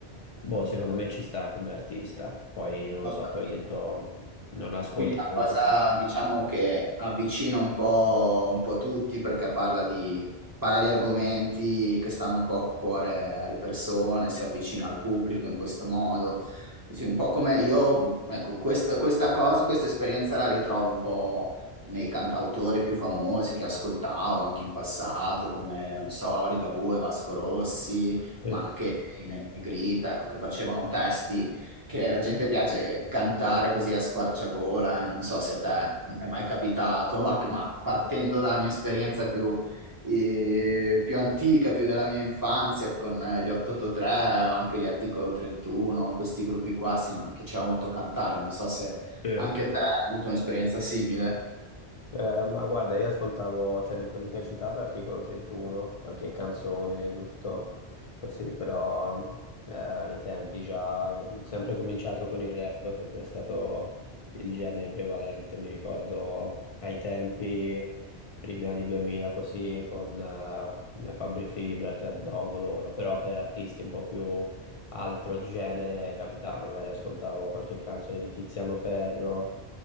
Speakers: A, on the left; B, on the right.
A: boh, secondo me ci sta come artista. Poi, non
B: Ho
A: lo so,
B: capito.
A: tu hai detto non ascolti
B: Quindi è una
A: molto.
B: cosa, diciamo, che avvicina un po', un po' tutti perché parla di, parla di argomenti che stanno un po' a cuore alle persone, si avvicina al pubblico in questo modo. Sì, sì, un po' come io, ecco, questa, questa cosa, questa esperienza la ritrovo un po' nei cantautori più famosi che ascoltavo anche in passato, come, non so, Ligabue, Vasco Rossi,
A: Eh,
B: ma anche i Negrita, ecco, che facevano testi che la gente piace cantare così a squarciagola, e non so se a te è mai capitato, anche, ma partendo dalla mia esperienza più, eh, più antica, più della mia infanzia, con eh, gli 883, anche gli Articolo 31, questi gruppi qua, sì, mi piaceva molto cantare, non so se
A: sì.
B: anche te hai avuto un'esperienza simile.
A: Eh, ma guarda, io ascoltavo, cioè di quelli che hai citato, Articolo 31, qualche canzone, giusto? Così, però eh, ai tempi già, sempre cominciato con il rap, per me è stato il genere prevalente, mi ricordo ai tempi, primi anni 2000, così, con eh, Fabri Fibra, Club Dogo, loro, però per artisti un po' più altro genere, capitava, magari ascoltavo qualche canzone di Tiziano Ferro